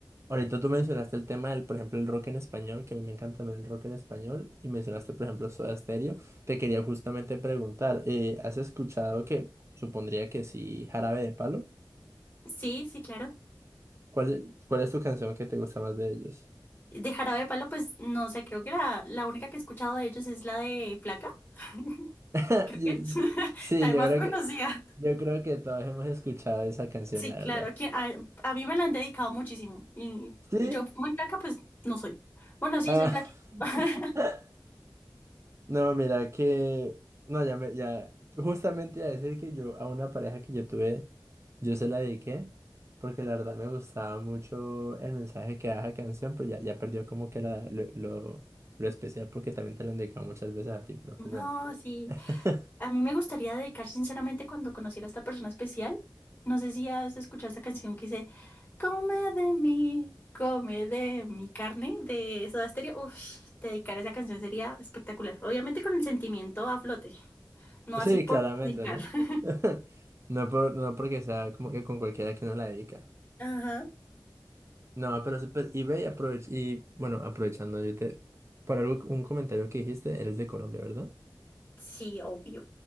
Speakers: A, on the right; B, on the left.
A: Ahorita tú mencionaste el tema del, por ejemplo, el rock en español, que a mí me encanta también el rock en español, y mencionaste, por ejemplo, Soda Stereo. Te quería justamente preguntar, eh, ¿has escuchado que, supondría que sí, Jarabe de Palo?
B: Sí, sí, claro.
A: ¿Cuál, cuál es tu canción que te gusta más de ellos?
B: De Jarabe de Palo, pues no sé, creo que la, la única que he escuchado de ellos es la de Placa. <laughs>
A: <laughs>
B: ¿Crees?
A: Yo-
B: <laughs>
A: Sí,
B: La
A: yo
B: más
A: creo
B: conocida.
A: que, yo creo que todos hemos escuchado esa canción,
B: Sí,
A: la verdad.
B: claro, que a, a mí me la han dedicado muchísimo. Y,
A: ¿Sí?
B: y yo muy flaca, pues no soy. Bueno, sí,
A: Ah.
B: soy flaca. <laughs>
A: <laughs> No, mira que, no, ya me, ya, justamente iba a decir que yo, a una pareja que yo tuve, yo se la dediqué, porque la verdad me gustaba mucho el mensaje que daba la canción, pero ya, ya perdió como que la, lo, lo, lo especial, porque también te lo han dedicado muchas veces a ti, pero
B: No,
A: pues bueno.
B: sí.
A: <laughs>
B: A mí me gustaría dedicar sinceramente cuando conociera a esta persona especial. No sé si has escuchado esta canción que dice, Come de mí, come de mi carne, de Soda Stereo. Uf, dedicar esa canción sería espectacular. Obviamente con el sentimiento a flote, no
A: Sí,
B: así por
A: claramente,
B: dedicar.
A: ¿no?
B: <laughs>
A: <laughs> No por, no porque sea como que con cualquiera que uno la dedica.
B: Ajá.
A: No, pero súper, y ve y aprovech- y bueno, aprovechando, yo te, por algo, un comentario que dijiste, eres de Colombia, ¿verdad?
B: Sí, obvio.